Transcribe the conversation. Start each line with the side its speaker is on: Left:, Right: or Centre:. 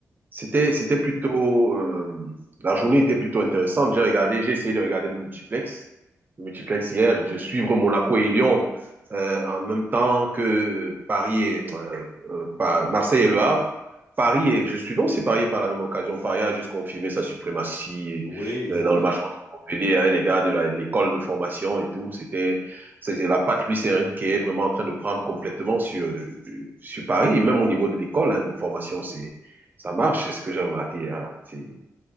Right: C'était,
Left: et-
Right: c'était plutôt, euh, la journée était plutôt intéressante. J'ai regardé, j'ai essayé de regarder le multiplex, le multiplex hier, de suivre Monaco et Lyon euh, en même temps que euh, Paris et euh, euh, Pa- Marseille et Le Havre. Paris et je suivais aussi Paris par la même occasion. Paris a juste confirmé sa suprématie
Left: Oui, ils,
Right: euh, dans le
Left: ils-
Right: match contre Montpellier. hein, les gars de la- l'école de formation et tout, c'était c'était la patte Luis Enrique qui est vraiment en train de prendre complètement sur euh, sur Paris et même au niveau de l'école hein, de formation, c'est ça marche, c'est ce que j'ai remarqué. hein. C'est